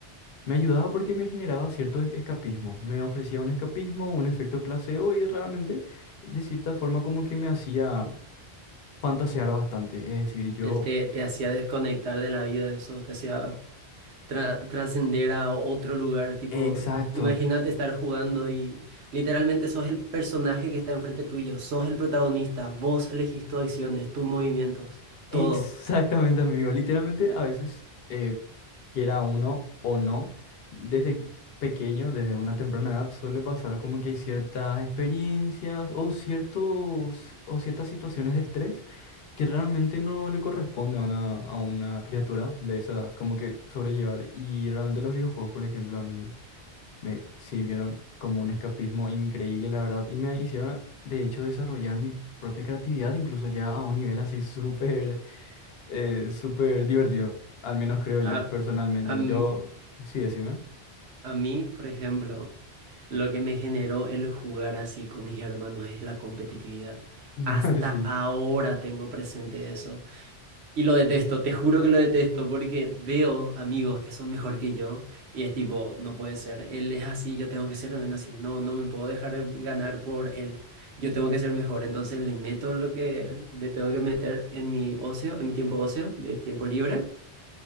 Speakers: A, on the left; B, on the right.
A: Me ayudaba porque me generaba cierto e- escapismo. Me ofrecía un escapismo, un efecto placebo y realmente de cierta forma como que me hacía fantasear bastante. Es decir, yo,
B: Él te, te hacía desconectar de la vida, eso, te hacía tra- trascender a otro lugar, tipo,
A: exacto,
B: imagínate estar jugando y literalmente sos el personaje que está enfrente tuyo, sos el protagonista, vos elegís tus acciones, tus movimientos,
A: exactamente,
B: todo.
A: amigo. Literalmente, a veces, eh, quiera uno o no, desde pequeño, desde una temprana edad, suele pasar como que ciertas experiencias o ciertos, o ciertas situaciones de estrés que realmente no le corresponde a una, a una criatura de esa edad, como que sobrellevar. Y realmente los videojuegos, por ejemplo, a mí. Me sirvieron como un escapismo increíble, la verdad, y me hicieron, de hecho, desarrollar mi propia creatividad, incluso ya a un nivel así <laughs> súper, eh, súper divertido, al menos creo yo,
B: A,
A: personalmente.
B: a, m-
A: Yo, sí, decime.
B: a mí, por ejemplo, lo que me generó el jugar así con mis hermanos es la competitividad.
A: <laughs>
B: Hasta
A: Sí.
B: ahora tengo presente eso. Y lo detesto, te juro que lo detesto porque veo amigos que son mejor que yo y es tipo, no puede ser, él es así, yo tengo que ser también así, no, no me puedo dejar ganar por él, yo tengo que ser mejor, entonces le meto lo que le tengo que meter en mi ocio, en mi tiempo ocio, de tiempo libre,